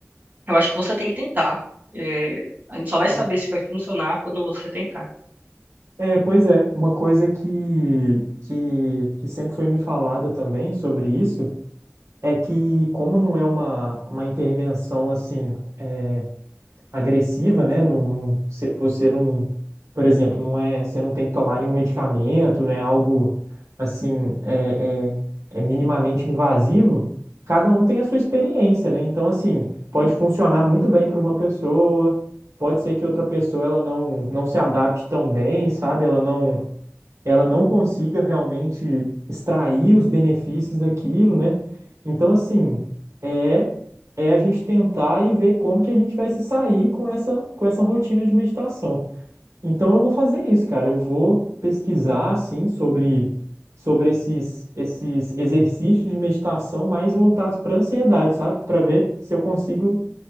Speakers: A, on the right; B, on the right.
A: Eu acho que você tem que tentar. É, a gente só vai
B: En-
A: saber se vai funcionar quando você tentar.
B: É, pois é, uma coisa que, que, que sempre foi me falada também sobre isso é que, como não é uma, uma intervenção assim. é, agressiva, né? Não, não, cê- você não, por exemplo, não é, você não tem que tomar nenhum medicamento, não é algo assim, é, é, é minimamente invasivo. Cada um tem a sua experiência, né? Então, assim, pode funcionar muito bem para uma pessoa, pode ser que outra pessoa ela não, não se adapte tão bem, sabe? Ela não ela não consiga realmente extrair os benefícios daquilo, né? Então, assim, é é a gente tentar e ver como que a gente vai se sair com essa com essa rotina de meditação. Então, eu vou fazer isso, cara. Eu vou pesquisar assim sobre sobre esses esses exercícios de meditação mais voltados para ansiedade, sabe? Para ver se eu consigo